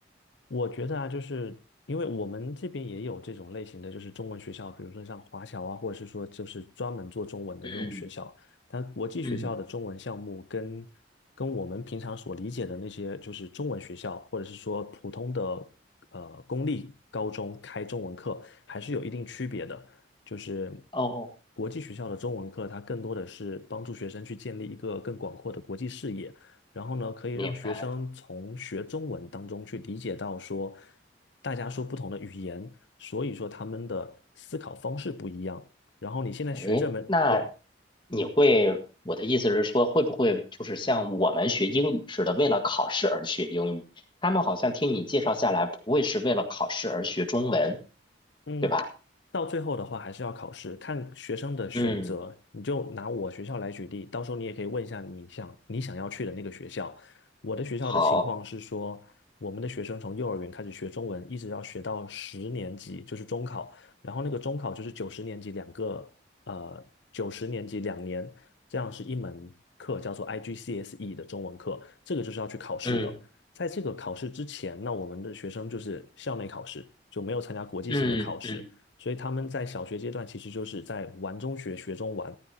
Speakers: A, on the left; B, on the left.
A: 我觉得啊，就是因为我们这边也有这种类型的，就是中文学校，比如说像华侨啊，或者是说就是专门做中文的这种学校。
B: 嗯
A: 但国际学校的中文项目跟跟我们平常所理解的那些就是中文学校，
B: 嗯，
A: 或者是说普通的呃公立高中开中文课，还是有一定区别的。就是
B: 哦，
A: 国际学校的中文课，它更多的是帮助学生去建立一个更广阔的国际视野。然后呢，可以让学生从学中文当中去理解到说，
B: 明白。了。
A: 大家说不同的语言，所以说他们的思考方式不一样。然后你现在学这门，
B: 哎，那
A: 对，
B: 你会，我的意思是说，会不会就是像我们学英语似的，为了考试而学英语？他们好像听你介绍下来，不会是为了考试而学中文，
A: 嗯，
B: 对吧？
A: 到最后的话还是要考试，看学生的选择。
B: 嗯，
A: 你就拿我学校来举例，到时候你也可以问一下你想你想要去的那个学校。我的学校的情况是说，
B: 好，
A: 我们的学生从幼儿园开始学中文，一直要学到十年级，就是中考。然后那个中考就是九十年级两个，呃，九十年级两年，这样是一门课叫做 IGCSE 的中文课，这个就是要去考试的。
B: 嗯
A: 在这个考试之前，那我们的学生就是校内考试，就没有参加国际性的考试，
B: 嗯嗯
A: 所以他们在小学阶段其实就是在玩中学，学中玩，